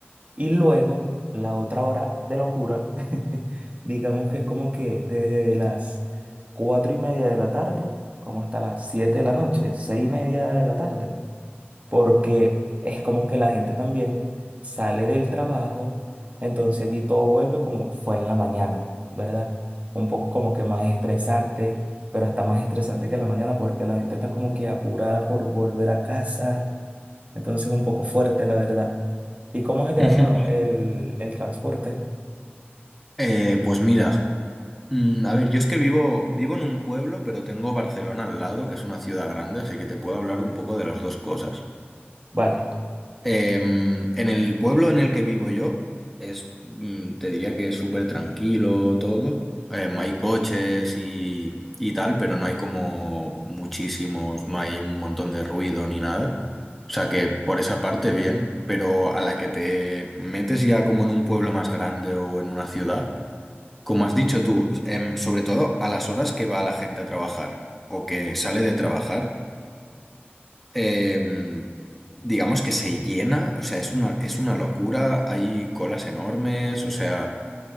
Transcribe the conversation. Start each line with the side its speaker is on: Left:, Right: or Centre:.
Right: Y luego, la otra hora de locura, <laughs> digamos que es como que desde las cuatro y media de la tarde, como hasta las siete de la noche, seis y media de la tarde porque es como que la gente también sale del trabajo, entonces allí todo vuelve como fue en la mañana, ¿verdad? Un poco como que más estresante, pero hasta más estresante que en la mañana porque la gente está como que apurada por volver a casa, entonces un poco fuerte, la verdad. ¿Y cómo es allá,
Centre: Ujú.
Right: hermano, el, el transporte?
Centre: Eh, pues mira, mm, a ver, yo es que vivo, vivo en un pueblo, pero tengo Barcelona al lado, que es una ciudad grande, así que te puedo hablar un poco de las dos cosas.
Right: Vale,
Centre: Em, en el pueblo en el que vivo yo, es, mm, te diría que es súper tranquilo todo. Em, hay coches y, y tal, pero no hay como muchísimos, no hay un montón de ruido ni nada. O sea que por esa parte bien, pero a la que te metes ya como en un pueblo más grande o en una ciudad. Como has dicho tú, em, sobre todo a las horas que va la gente a trabajar o que sale de trabajar, em, digamos que se llena, o sea, es una, es una locura, hay colas enormes, o sea,